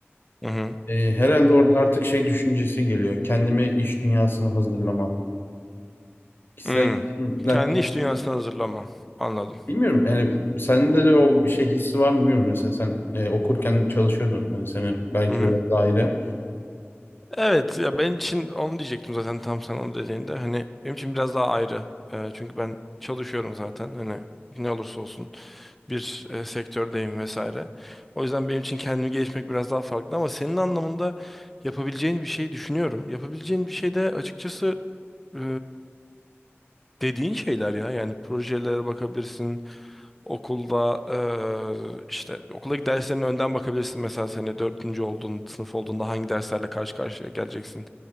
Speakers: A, in the centre; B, on the left.
A: Hı hı.
B: Ee, herhalde orada artık şey düşüncesi geliyor. Kendimi iş dünyasına hazırlama. Kişisel
A: Hmm.
B: gelişimden
A: Kendi
B: kastım
A: iş dünyasına hazırlanma. Anladım.
B: bilmiyorum yani sende de o bir şey hissi var mı bilmiyorum mesela sen e, okurken çalışıyordun hani seni belki
A: Hı hı.
B: biraz daha ayrı
A: Evet ya ben için onu diyecektim zaten tam sen onu dediğinde. Hani benim için biraz daha ayrı. Ee, çünkü ben çalışıyorum zaten. Hani ne olursa olsun bir e, sektördeyim vesaire. O yüzden benim için kendimi gelişmek biraz daha farklı ama senin anlamında yapabileceğin bir şey düşünüyorum. Yapabileceğin bir şey de açıkçası e, dediğin şeyler ya. Yani projelere bakabilirsin. Okulda e, işte okuldaki derslerine önden bakabilirsin. Mesela sene dördüncü olduğun sınıf olduğunda hangi derslerle karşı karşıya geleceksin.